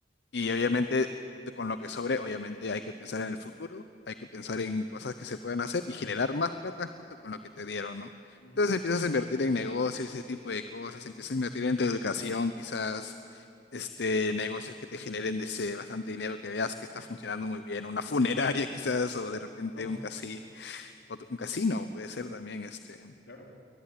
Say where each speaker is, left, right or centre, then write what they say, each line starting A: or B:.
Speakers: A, on the left; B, on the left.
A: Y obviamente, de- con lo que sobre, obviamente hay que pensar en el futuro, hay que pensar en cosas que se pueden hacer y generar más plata justo con lo que te dieron, ¿no?
B: Ujú.
A: Entonces empiezas a invertir en negocios, ese tipo de cosas, empiezas a invertir en tu educación, quizás este, negocios que te generen ese bastante dinero, que veas que está funcionando muy bien, una funeraria <laughs> quizás, o de repente
B: Oh,
A: un casi, otro- un casino puede ser también, este,
B: claro.